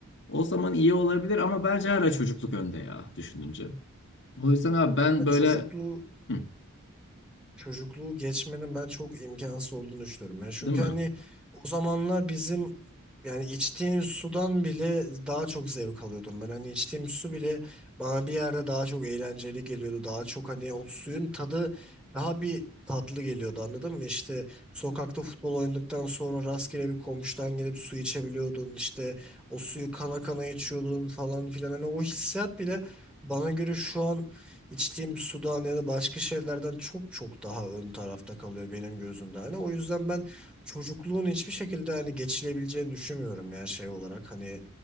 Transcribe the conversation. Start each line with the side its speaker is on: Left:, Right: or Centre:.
Left: o zaman iyi olabilir ama bence hala çocukluk önde ya düşününce. O yüzden abi ben
Centre: Ya Çocukluğu
Left: böyle Hı,
Centre: çocukluğu geçmenin ben çok imkansız olduğunu düşünüyorum. Yani çünkü
Left: değil mi?
Centre: hani o zamanlar bizim Yani içtiğim sudan bile daha çok zevk alıyordum ben. Hani içtiğim su bile bana bir yerde daha çok eğlenceli geliyordu. Daha çok hani o suyun tadı daha bir tatlı geliyordu anladın mı? İşte sokakta futbol oynadıktan sonra rastgele bir komşudan gelip su içebiliyordun. İşte o suyu kana kana içiyordun falan filan. Hani o hissiyat bile bana göre şu an içtiğim sudan ya da başka şeylerden çok çok daha ön tarafta kalıyor benim gözümde. Hani o yüzden ben çocukluğun hiçbir şekilde hani geçilebileceğini düşünmüyorum ya şey olarak hani